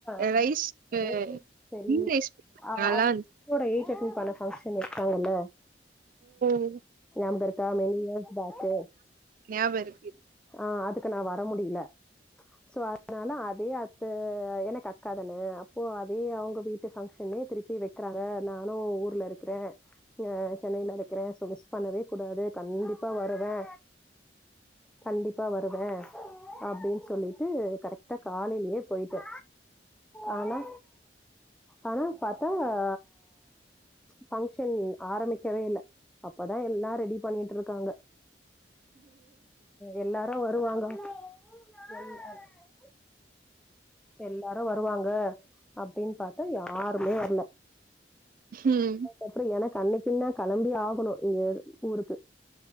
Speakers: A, in the centre; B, on the right.
A: <inaudible>
B: ரைஸ் கீ
A: செரி
B: ரைஸ்
A: சாரி
B: நல்லா இருந்துச்சு
A: <inaudible> சட்னி பான ஃபங்க்ஷன் வெச்சாங்கல்ல
B: ஓ
A: யாம் கருக்கா மென் இயர் பக்கே
B: ஞாபருக்கு
A: ஆஹ் அதுக்கு நா வர முடியில சோ அதனால அதே அத்து எனக்கு அக்கா தானே அப்போ அதே அவுங்க வீட்டு ஃபங்க்ஷன்னே திருப்பி வெக்கறாங்க நானு ஊர்ல இருக்கிறே அஹ் சென்னையில இருக்கிறே சோ மிஸ் பண்ணவே கூடாது கண்டிப்பா வருவே கண்டிப்பா வருவே அப்டின் சொல்லிட்டு கரெக்டா காலையிலயே போயிட்டே ஆனா ஆனா பாத்தா ஆ ஃபங்க்ஷன் ஆரம்பிக்கவே இல்ல அப்பதா எல்லா ரெடி பண்ணிட்டுருக்காங்க எல்லாரு வருவாங்க <unintelligible> எல்லாரு வருவாங்க அப்டின் பாத்தா யாருமே வரல
B: ம்.
A: அப்ரோ எனக்கு அன்னைக்குனா கிளம்பி ஆகணு நீங்க ஊருக்கு